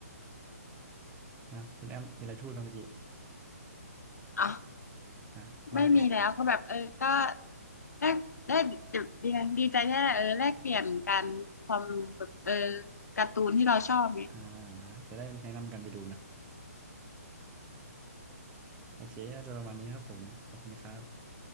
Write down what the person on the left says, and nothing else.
อ๋อ
ไม่มีแล้วก็แบบเออก็
แลกได้ดีดีดีใจที่ได้เออแลกเปลี่ยนกันความรู้แบบเออการ์ตูนที่เราชอบเนี่ย